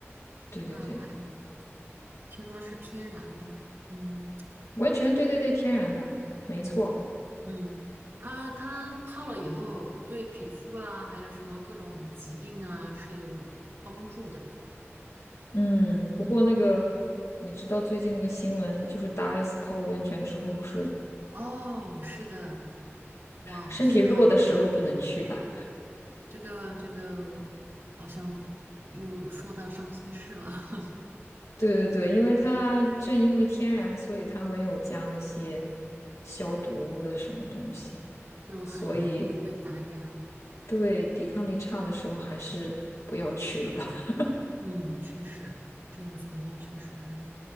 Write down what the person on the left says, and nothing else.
对对对，
温泉，对对对，天然的，没错。
嗯，不过那个，你知道最近那个新闻，就是大 S 泡了温泉之后，不是
身体弱的时候不能去吧？
对对对，因为它正因为天然，所以它没有加那些消毒的什么东西，
所以对抵抗力差的时候还是不要去了吧。<laughs>